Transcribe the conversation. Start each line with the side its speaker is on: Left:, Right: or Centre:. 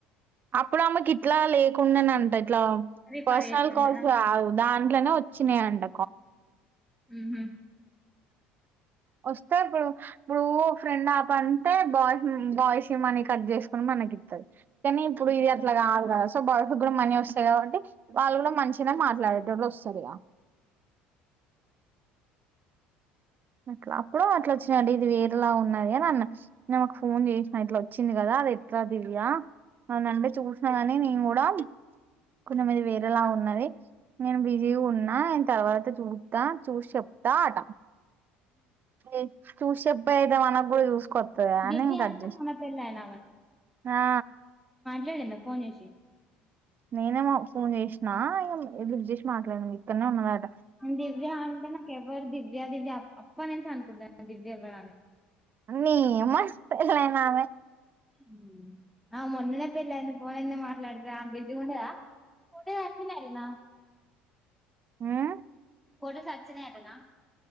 Right: అప్పుడు ఆమెకి ఇట్లా లేకుండెనంట ఇట్లా
Centre: రిఫర్
Right: పర్సనల్
Centre: చేస్తున్నారా
Right: కాల్స్ కాదు దాన్ ఇట్లనే వచ్చిన్యాయంట
Centre: ఉ హుమ్
Right: వస్త్ తే ప్పుడు నువు ఫ్రెండ్ ఆప్ అంటే బాయ్ బాయ్స్ మనీ కట్ చేసుకుని మనకి ఇత్తది. కానీ ఇప్పుడు ఇది అట్లా కాదు కదా సో బాయ్స్ కూడా మనీ వస్తాయి కాబట్టి వాళ్ళు కూడా మంచిగానే మాట్లాడేటోళ్ళు వస్సాదిగా అట్లా అప్పుడు అట్లచ్ అది ఇది వేరేలా ఉన్నది అని అన్న నే ఒక ఫోన్ చేసిన ఇట్లా వచ్చింది కదా అది ఎట్లా దివ్యా అనంటే చూసినా గానీ నేను కూడా కొంచెం ఇది వేరేలా ఉన్నది. నేను బి జీ ఉన్నా ఆయన తర్వాత చూత్తా చూసి చెప్తా ఆట ఎ చూసబ్ పోయ్ అయితే మనకు కూడా చూసుకొత్తదా అని
Centre: దివ్య
Right: ఇంక కట్
Centre: అంటే
Right: జేసి
Centre: మొన్న పెళ్ళైన
Right: ఆ
Centre: లేదన్న ఫోన్ చేసి
Right: నేనే మా ఫోన్ చేసిన ఇక లిఫ్ట్ చేసి మాట్లాడినా ఇక్కడనే ఉన్నదట్
Centre: దివ్య అంటే నాకు ఎవరు దివ్య దివ్య అప్ అప్ప నుంచి అనుకుంటన ఆ దివ్య ఎవ్వరాని
Right: నీ యమ పెళ్లైనామె
Centre: మ్ ఆమె మొన్ననే పెళ్ళంది ఫోన్ ఎంది మాట్లాడతది ఆమే బిజిగా ఉండదా
Right: హ్మ్
Centre: కొడు సచ్చినాయి అటన